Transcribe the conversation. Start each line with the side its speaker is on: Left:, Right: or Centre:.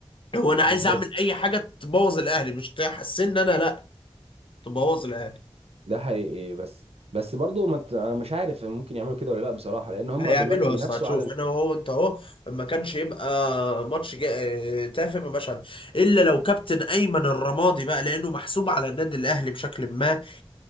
Left: هو انا عايز
Right: بالظبط
Left: اعمل اي حاجه تبوظ الاهلي مش تحسن ان انا لا تبوظ الاهلي
Right: ده حقيقي بس بس برضه ما ت- انا مش عارف ممكن يعملوا كده ولا لا بصراحه لان هم
Left: هيعملوا
Right: دلوقتي بينافسوا
Left: يا اسطى هتشوف
Right: على ال...
Left: انا وهو انت اهو ما كانش يبقى ماتش جا... تافه ما بقاش عارف. الا لو كابتن ايمن الرمادي بقى لانه محسوب على النادي الاهلي بشكل ما